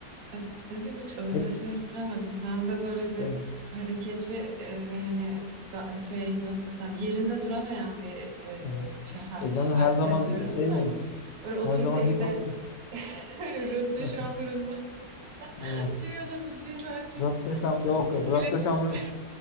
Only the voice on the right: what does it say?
Ö- Övüm hiç özdeşleştiremedim.
Sen de böyle bir
hareketli e, ve hani da- şey nasıl desem yerinde duramayan bir
e, şey ha-
hal
seziyorum
da
öyle oturup
evde
<laughs> öyle röpte
şambarında
<laughs> piyano müziğini açıp
klasik
müziği